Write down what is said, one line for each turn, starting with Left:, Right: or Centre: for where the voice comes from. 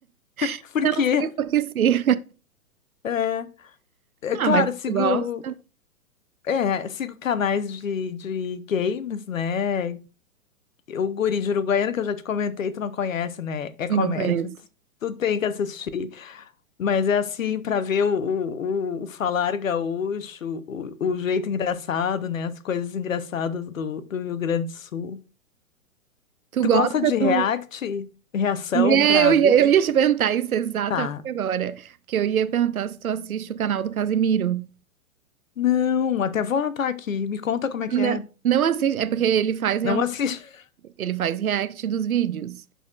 Left: <laughs>
Right: <laughs>
Left: Porque,
Right: não sei por que sim.
Left: é, é claro,
Right: Ah, mas
Left: sigo,
Right: tu gosta?
Left: é, sigo canais de, de games, né? O Guri de Uruguaiana, que eu já te comentei, tu não conhece, né? É comédia.
Right: Não conheço.
Left: Tu, tu tem que assistir. Mas é assim, pra ver o, o, o- o falar gaúcho, o, o jeito engraçado, né? As coisas engraçadas do, do Rio Grande do Sul.
Right: Tu
Left: Tu
Right: gosta
Left: gosta de
Right: do.
Left: React, reação
Right: É,
Left: pra
Right: eu
Left: vídeo?
Right: ia, eu ia te perguntar isso exatamente
Left: Tá.
Right: agora. Porque eu ia perguntar se tu assiste o canal do Casimiro.
Left: Não, até vou anotar aqui. Me conta como é que
Right: Não,
Left: é.
Right: não assiste, é porque ele faz real-
Left: Não assisto. <laughs>
Right: ele faz react dos vídeos.